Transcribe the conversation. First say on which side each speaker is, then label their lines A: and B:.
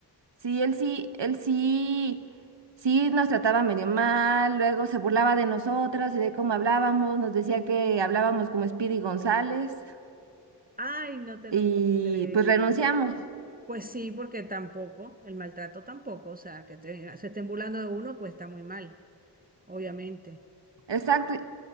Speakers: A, on the right; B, on the right.
A: Sí, él sí, él sí, sí nos trataba medio mal, luego se burlaba de nosotras y de cómo hablábamos, nos decía que hablábamos como Speedy González
B: Ay, no te
A: y
B: lo puedo creer.
A: pues renunciamos.
B: Pues sí, porque tampoco, el maltrato tampoco, o sea, que te- se estén burlando de uno, pues está muy mal, obviamente.
A: Exacto. Y